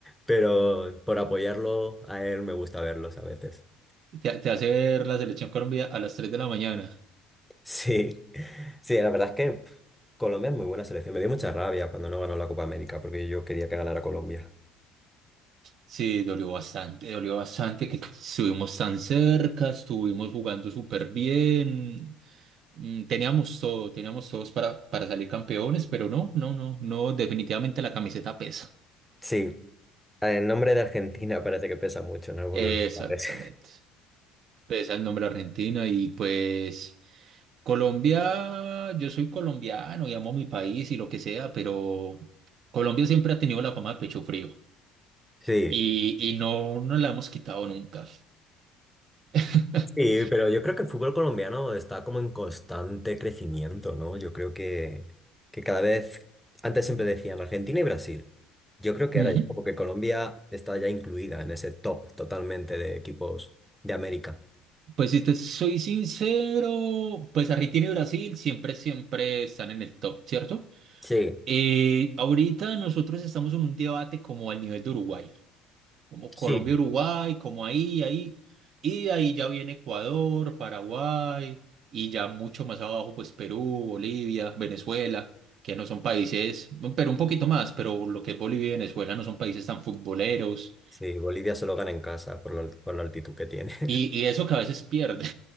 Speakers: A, in the centre; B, on the right (about 55°).
A: Pero por apoyarlo a él me gusta verlos a veces. <laughs>
B: Te, te hace ver la selección Colombia a las 3 de la mañana.
A: Sí, sí, la verdad es que pf, Colombia es muy buena selección. Me dio mucha rabia cuando no ganó la Copa América, porque yo quería que ganara Colombia.
B: Sí, dolió bastante, dolió bastante que estuvimos tan cerca, estuvimos jugando súper bien. Mm, Teníamos todo, teníamos todos para, para salir campeones, pero no, no, no, no, definitivamente la camiseta pesa.
A: Sí, el nombre de Argentina parece que pesa mucho en algunos
B: Exactamente.
A: lugares.
B: Pesa el nombre Argentina y pues. Colombia, yo soy colombiano y amo mi país y lo que sea, pero Colombia siempre ha tenido la fama de pecho frío
A: <laughs>
B: y,
A: Sí,
B: y no nos la hemos quitado nunca. <laughs>
A: Sí, pero yo creo que el fútbol colombiano está como en constante crecimiento, ¿no? Yo creo que, que cada vez, antes siempre decían Argentina y Brasil. Yo creo que
B: Ujú.
A: ahora ya como que Colombia está ya incluida en ese top totalmente de equipos de América.
B: Pues si te soy sincero, pues Argentina y Brasil siempre, siempre están en el top, ¿cierto?
A: Sí,
B: Eh, ahorita nosotros estamos en un debate como al nivel de Uruguay. como Colombia,
A: Sí.
B: Uruguay, como ahí, ahí, y de ahí ya viene Ecuador, Paraguay, y ya mucho más abajo, pues Perú, Bolivia, Venezuela, que no son países, bueno, pero un poquito más, pero lo que es Bolivia y Venezuela no son países tan futboleros,
A: sí, Bolivia solo gana en casa por la, al- por la altitud que tiene. <laughs>
B: y, y eso que a veces pierden,